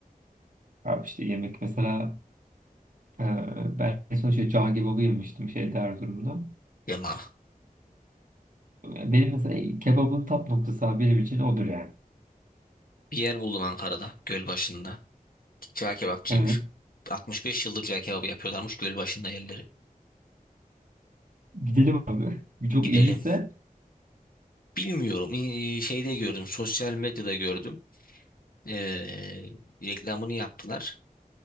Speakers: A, on the right; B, on the left.
A: abi işte yemek mesela e, ben en son şey cağ kebabı yemiştim şeyde Erzurum'da.
B: Yama.
A: Benim mesela kebabın tap noktası abi benim için odur yani.
B: Bir yer buldum Ankara'da Gölbaşı'nda. Cağ kebapçıymış.
A: Evet.
B: 65 yıldır cağ kebabı yapıyorlarmış Gölbaşı'nda yerleri.
A: Gidelim abi. Çok
B: Gidelim.
A: iyiyse
B: Bilmiyorum. İ- Şeyde gördüm. Sosyal medyada gördüm. Ee, reklamını yaptılar.